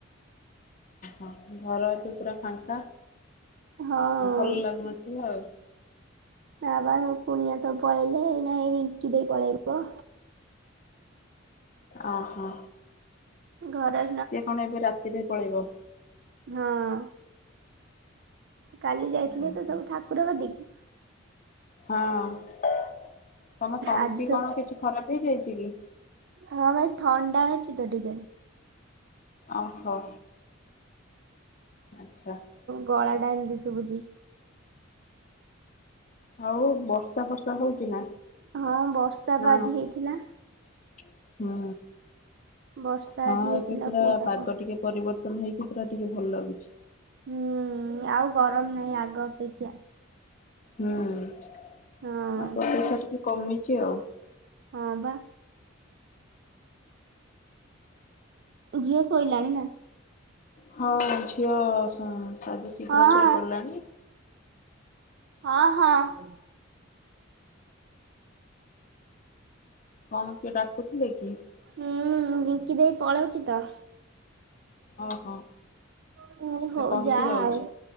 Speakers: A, on the left (about 40°); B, on the right (about 60°).
A: ଓହୋ ଘର ଏବେ ପୁରା ଫାଙ୍କା
B: ହଁ
A: ଭଲ ଲାଗୁନଥିବ ଆଉ।
B: ନାବା ବା କୁଣିଆ ସବୁ ପଳେଇଲେ ଏଇନା ଏଇ ରିଙ୍କି ଦେଇ ପଳେଇବ।
A: ଅହ।
B: ଘରେ
A: ସିଏ କଣ ଏବେ ରାତିରେ ପଳେଇବ।
B: ହଁ। କାଲି ଯାଇଥିଲେ
A: ଓହୋ
B: ତ ସବୁ ଠାକୁର କତିକି
A: ହଁ ତମ ତଣ୍ଟି
B: ଆଜି ସବୁ
A: କଣ କିଛି ଖରାପ ହେଇଯାଇଛି କି?
B: ହଁ ପା ଏ ଥଣ୍ଡା ହେଇଛି ତ ଟିକେ।
A: ଅ ହୋ। ଆଚ୍ଛା।
B: ଗଳାଟା ଏମିତ୍ ସୁବୁଛି।
A: ଆ ଉ ବର୍ଷା ବର୍ଷା ହଉଚ ନା
B: ହଁ ବର୍ଷା
A: ନା
B: ବା ଆଜି
A: ହୁଁ।
B: ହେଇଥିଲା। ବର୍ଷା
A: ହଁ
B: ଆଜି ହେଇଥିଲା
A: ଏବେ ପୁରା
B: କୁହନା
A: ପାଗ
B: କୁହନା।
A: ଟିକେ ପରିବର୍ତ୍ତନ ହେଇକି ପୁରା ଟିକେ ଭଲ ଲାଗୁଛି।
B: ହୁଁ ଆଉ ଗରମ ନାହିଁ ଆଗ ଅପେକ୍ଷା।
A: ହୁଁ ଆଗ
B: ହଁ
A: ଅପେକ୍ଷା ଟିକେ କମିଛି ଆଉ।
B: ହଁ ବା। ଝିଅ ଶୋଇଲାଣି ନା।
A: ହଁ ଝିଅ ଆଜି ଶୀଘ୍ର
B: ହଁ।
A: ଶୋଇ ପଡିଲାଣି।
B: ହଁ ହଁ। <inaudible>
A: କଣ କିଏ ଡାକୁଥିଲେ କି?
B: ହୁଁ ରିଙ୍କି ଦେଇ ପଳଉଛି ତ।
A: ଓହୋ
B: ମୁଁ କହିଲି
A: ସେ
B: ହଉ
A: କହିକି
B: ଯା
A: ଯାଉଛି।
B: ଆଉ